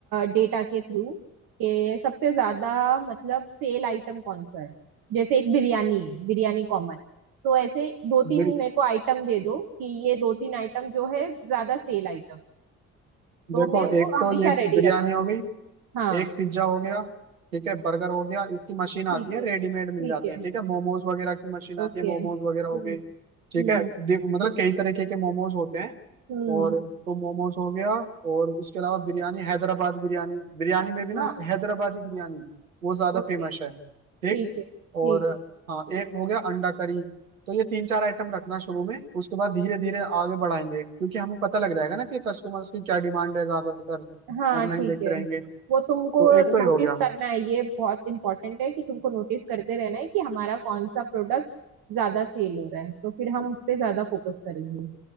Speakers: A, on the right; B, on the right.
A: डेटा के थ्रू कि सबसे ज्यादा मतलब सेल आइटम कौन सा है जैसे एक बिरयानी है बिरयानी कॉमन तो ऐसे दो तीन
B: बिर-
A: मेरे को आइटम दे दो कि ये दो तीन आइटम जो है ज्यादा सेल आइटम तो
B: देखो
A: मैं वो
B: एक
A: हमेशा
B: तो ये
A: रेडी
B: बिरयानी
A: रख
B: हो गई
A: हाँ
B: एक पिज्जा हो गया ठीक है बर्गर हो गया इसकी मशीन आती
A: ठीक
B: है
A: है
B: रेडीमेड
A: ठीक
B: मिल जाते
A: है
B: हैं ठीक है मोमोज वगैरह की मशीन आती
A: ओके
B: है मोमोज
A: हम्म
B: वगैरह हो गए ठीक
A: हम्म
B: है देख- मतलब कई तरीके के मोमोज होते हैं
A: हम्म
B: और तो मोमोज हो गया और इसके अलावा बिरयानी हैदराबाद बिरयानी बिरयानी में भी ना
A: हाँ
B: हैदराबादी बिरयानी वो ज्यादा
A: ओके
B: फेमस है
A: ठीक
B: ठीक
A: है ठीक
B: और हाँ एक हो गया अंडा करी तो ये तीन चार आइटम रखना शुरू में उसके बाद धीरे धीरे आगे बढ़ाएंगे क्योंकि हमें पता लग जाएगा ना कि कस्टमर्स की क्या डिमांड है ज्यादातर
A: हाँ
B: ऑनलाइन
A: ठीक
B: देखते
A: है
B: रहेंगे
A: वो तुमको
B: तो एक तो ये
A: नोटिस
B: हो गया
A: करना है ये बहुत इम्पोर्टेंट है कि तुमको नोटिस करते रहना है कि हमारा कौन सा प्रोडक्ट ज्यादा सेल हो रहा है तो फिर हम उस पे ज्यादा फोकस करेंगे